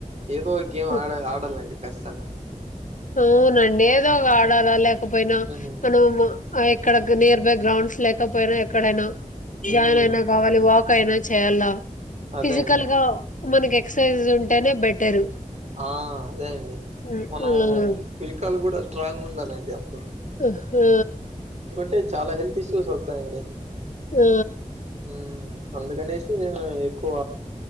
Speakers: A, on the right; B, on the left.
A: ఏదో ఒక గేమ్
B: ఆ
A: ఆడ ఆడాలండి ఖచ్చితంగా
B: అవునండి ఏదో ఒక ఆడాలా లేకపోయినా
A: మ్మ్
B: మనం ఎక్కడ నియర్ బై గ్రౌండ్స్ లేకపోయిన ఎక్కడైనా
A: మ్మ్
B: జాయిన్ అయినాక్ కావాలి వాక్ అయినా చేయాల
A: అదే
B: ఫిజికల్
A: అండి
B: గా మనకి ఎక్సర్సైజ్ ఉంటేనే బెటరు
A: ఆ అదే అండి
B: హ్మ్.
A: మనం
B: హ్మ్.
A: పిరికాలు కూడా స్ట్రాంగ్ ఉండాలండి అప్పుడు
B: ఉహూ
A: అంటే చాలా హెల్త్ ఇష్యూస్ వస్తాయండి
B: మ్
A: మ్ అందుకనేసి ఎక్కువ